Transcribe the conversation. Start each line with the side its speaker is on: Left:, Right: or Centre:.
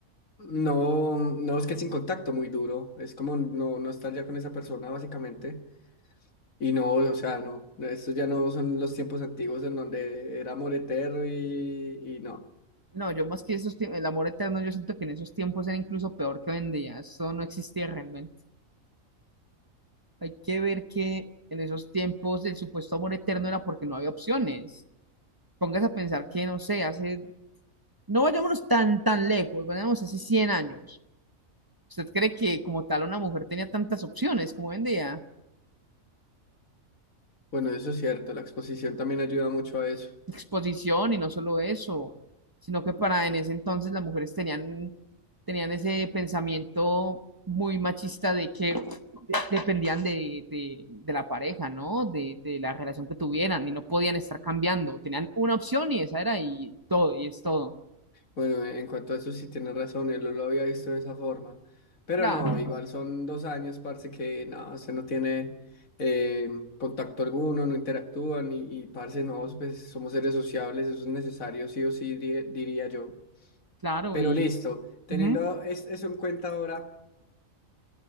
Left: No, no, es que es sin contacto muy duro, es como no, no estar ya con esa persona básicamente. Y no, o sea, no, estos ya no son los tiempos antiguos en donde era amor eterno y, y no.
Right: No, yo más que esos tiempos, el amor eterno, yo siento que en esos tiempos era incluso peor que hoy en día. Eso no existía realmente. Hay que ver que en esos tiempos el supuesto amor eterno era porque no había opciones. Póngase a pensar que, no sé, hace, no vayámonos tan, tan lejos, vayamos hace 100 años. ¿Usted cree que como tal una mujer tenía tantas opciones como hoy en día?
Left: Bueno, eso es cierto, la exposición también ayuda mucho a eso.
Right: exposición y no solo eso, sino que para en ese entonces las mujeres tenían, tenían ese pensamiento muy machista de que de- dependían de, de- de la pareja, ¿no? De, de la relación que tuvieran y no podían estar cambiando. Tenían una opción y esa era y todo, y es todo.
Left: Bueno, en cuanto a eso sí tienes razón, él no lo había visto de esa forma. Pero
Right: Claro,
Left: no, igual son dos años, parce, que no, se no tiene eh, contacto alguno, no interactúan y, y parce, no, pues somos seres sociables, eso es necesario, sí o sí, di- diría yo.
Right: claro,
Left: Pero
Right: y...
Left: listo, teniendo
Right: ujú,
Left: es- eso en cuenta ahora,